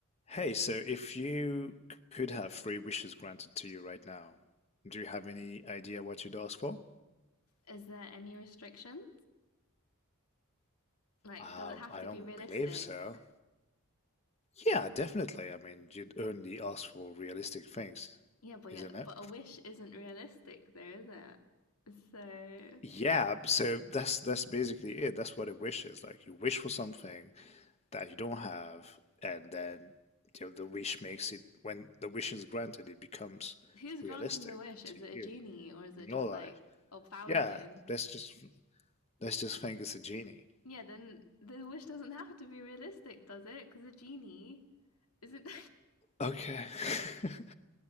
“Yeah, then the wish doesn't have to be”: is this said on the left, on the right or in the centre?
Left